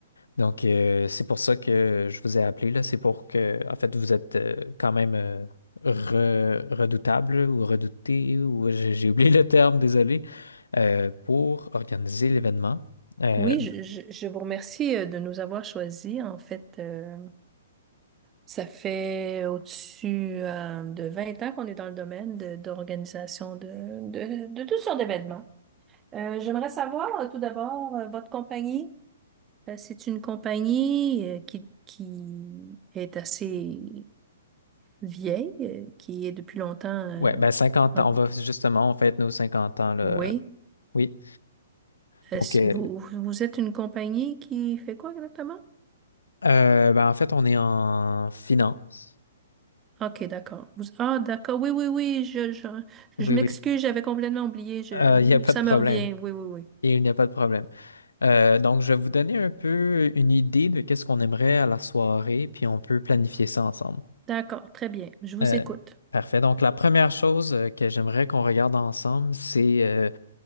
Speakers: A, on the left; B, on the right.
A: Donc, euh, c'est pour ça que je vous ai appelé, là. C'est pour que, en fait, vous êtes euh, quand même euh, re- redoutable ou redouté, ou j'ai j'ai oublié le terme, désolé, euh, pour organiser l'événement. Euh,
B: Oui, je, je- je vous remercie euh, de nous avoir choisis. En fait, euh, ça fait au-dessus euh, de 20 ans qu'on est dans le domaine de- d'organisation de, de, de toutes sortes d'événements. Euh, j'aimerais savoir euh, tout d'abord euh, votre compagnie. Euh, c'est une compagnie euh, qui, qui est assez vieille, euh, qui est depuis longtemps. euh,
A: Ouais, ben 50
B: en-
A: ans, on va justement, on fête nos 50 ans, là.
B: oui.
A: Oui.
B: Est-ce-
A: OK.
B: Vous, vous êtes une compagnie qui fait quoi exactement?
A: Euh, ben en fait, on est en finance.
B: OK, d'accord. Vous- Ah, d'accord. Oui, oui, oui. Je, je,
A: Oui,
B: je m'excuse,
A: oui.
B: j'avais complètement oublié. Je,
A: Euh, Il n'y a pas
B: ça
A: de problème.
B: me revient. Oui, oui, oui.
A: Il n'y a pas de problème. Euh, donc, je vais vous donner un peu une idée de qu'est-ce qu'on aimerait à la soirée, puis on peut planifier ça ensemble.
B: D'accord, très bien. Je vous
A: Euh,
B: écoute.
A: parfait. Donc, la première chose euh, que j'aimerais qu'on regarde ensemble, c'est euh,